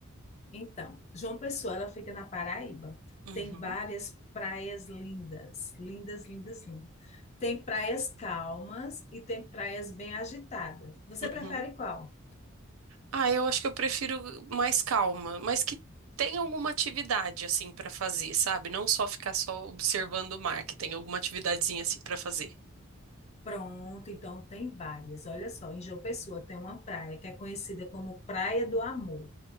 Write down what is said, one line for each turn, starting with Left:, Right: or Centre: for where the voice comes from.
Left: Então, João Pessoa, ela fica na Paraíba.
Right: Uhum,
Left: Tem várias praias lindas, lindas, lindas, lindas. Tem praias calmas e tem praias bem agitadas. Você prefere
Right: uhum.
Left: qual?
Right: Ah, eu acho que eu prefiro mais calma, mas que tenha alguma atividade assim pra fazer, sabe? Não só ficar só observando o mar, que tenha alguma atividadezinha assim pra fazer.
Left: Pronto, então tem várias. Olha só, em João Pessoa tem uma praia que é conhecida como Praia do Amor.